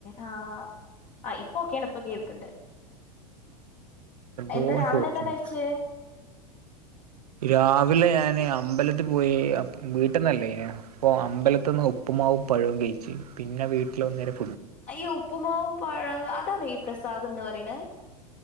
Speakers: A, on the left; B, on the right.
A: ആ ആ ഇപ്പ ഓക്കെയാണ് ഇപ്പോ കേൾക്ക്ണ്ട്.
B: എന്തോ
A: എന്താ രാവിലെ
B: ചോദിച്ചിന്
A: എന്താ കഴ്ച്ച്?
B: രാവിലെ ഞാൻ പിന്നെ അമ്പലത്തി പോയി വീട്ടന്നല്ലേ അപ്പൊ അമ്പലത്തിന്ന് ഉപ്പുമാവും പഴവും കഴിച്ചു പിന്നെ വീട്ടിവനേരാം
A: അയ്യോ ഉപ്പുമാവും പഴ അതാണോ ഈ പ്രസാദം എന്ന് പറയണ